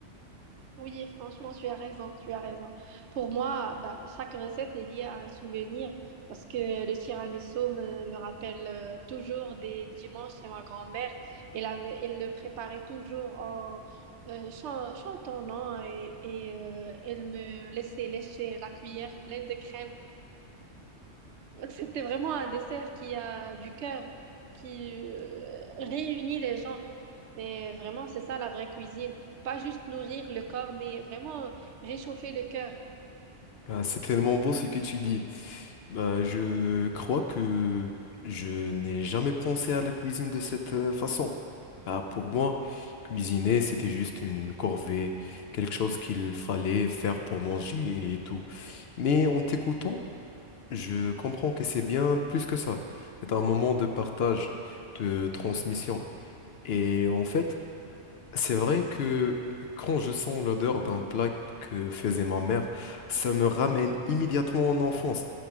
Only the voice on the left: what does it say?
Bah, c'est tellement beau ce que tu dis. Bah, je crois que je n'ai jamais pensé à la cuisine de cette euh, façon. Bah, pour moi, cuisiner, c'était juste une corvée, quelque chose qu'il fallait faire pour manger et tout. Mais en t'écoutant, je comprends que c'est bien plus que ça. C'est un moment de partage, de transmission. Et en fait, c'est vrai que quand je sens l'odeur d'un plat que faisait ma mère, ça me ramène immédiatement en enfance.